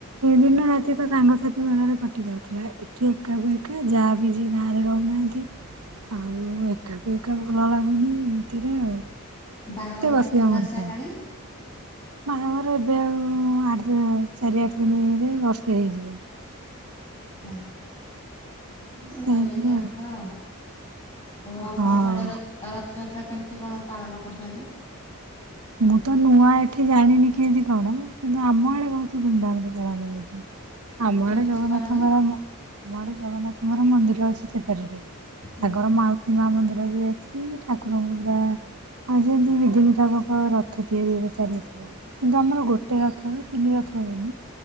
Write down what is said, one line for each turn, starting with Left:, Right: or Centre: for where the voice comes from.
Right: ଦିନ ରାତି ତ ସାଙ୍ଗସାଥି ମେଳରେ କଟି ଯାଉଥିଲା ଏଠି ଏକା ଏକା। ଯାହା ବି ଯି ଗାଁରେ ରହୁନାହାଁନ୍ତି। ଆଉ ଏକାକୁ ଏକା ଭଲ ଲାଗୁନି ଏଥିରେ ଆଉ।
Left: ବାହାଘର
Right: ବସିବ
Left: କେତେ ମାସ
Right: ମଣିଷ।
Left: ହେଲାଣି?
Right: ବାହାଘର ଏବେ ଆଉ ଆଠ ଚାରି ଆଠ ଦିନରେ ବର୍ଷେ ହେଇଯିବ।
Left: ଆଛା
Right: ବର୍ଷେ
Left: ଭଲ
Right: ହେଇଯିବ
Left: ଯା
Right: ଆଉ
Left: ପାଆ ଆଊ। ଆଉ ଆପଣଙ୍କ
Right: ହଁ।
Left: ଆଡେ ର ରଥଯାତ୍ରା କେମିତି କଣ ପାଳନ କରୁଛନ୍ତି?
Right: ମୁଁ ତ ନୂଆ ଏଠି ଜାଣିନି କେମିତି କଣ କିନ୍ତୁ ଆମ ଆଡେ ବହୁତ ଧୁମଧାମ ରେ ପାଳନ ହଉଛି। ଆମ
Left: କେମିତି
Right: ଆଡେ ଜଗନ୍ନାଥଙ୍କର
Left: କରନ୍ତି?
Right: ଆମ ଆଡେ ଜଗନ୍ନାଥଙ୍କର ମନ୍ଦିର ଅଛି ସେପାରିରେ।
Left: ହୁଁ
Right: ତାଙ୍କର ମାଉସୀ ମା ମନ୍ଦିର ବି ଅଛି ଠାକୁରଙ୍କୁ ପୁରା ଯେମତି ବିଧ ବିିଧା ହଁ ରଥ ତିଆରି ଏବେ ଚାଲିଥିବ। କିନ୍ତୁ ଆମର ଗୋଟେ ରଥ ହୁଏ ତିନି ରଥ ହୁଏନି।